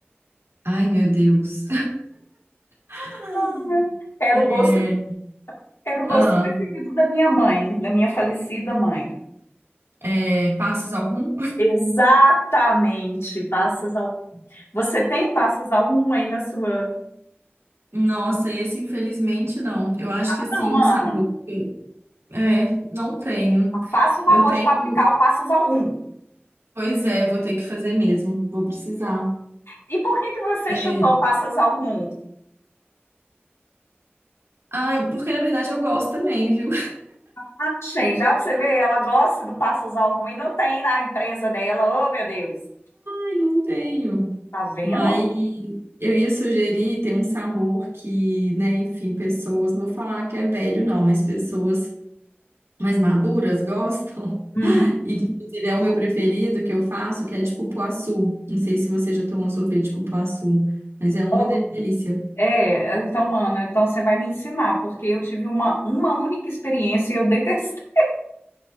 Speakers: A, on the right (about 80°); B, on the left (about 80°).
A: Ai, meu Deus. <laughs>
B: <laughs> Era o gosto,
A: É,
B: era o gosto
A: ah,
B: preferido da minha mãe, da minha falecida mãe.
A: é, passas algum?
B: Exatamente, passas ao. Você tem passas ao rum aí na sua?
A: Nossa, esse infelizmente não. Eu acho
B: Ah,
A: que assim,
B: Não,
A: um
B: Ana,
A: sabor. que- É, não tenho.
B: faça o favor
A: Eu tenho.
B: de fabricar o passas ao rum.
A: Pois é, vou ter que fazer mesmo. Vou precisar.
B: E por que que você
A: É...
B: chutou passas ao rum?
A: Ai, porque na verdade eu gosto também, viu?
B: Achei, já pra você ver, ela gosta do Passosal ruim, não tem na empresa dela. Oh, meu Deus,
A: Ai, não tenho.
B: tá vendo?
A: Mas eu ia sugerir tem um sabor que, né, enfim, pessoas, não vou falar que é velho, não, mas pessoas mais maduras gostam.
B: Hum.
A: <laughs> E que, inclusive, é o meu preferido que eu faço, que é de cupuaçu. Não sei se você já tomou sorvete de cupuaçu, mas é uma
B: Olha,
A: delícia.
B: É, então, Ana, então você vai me ensinar, porque eu tive uma, uma única experiência e eu detestei. <laughs>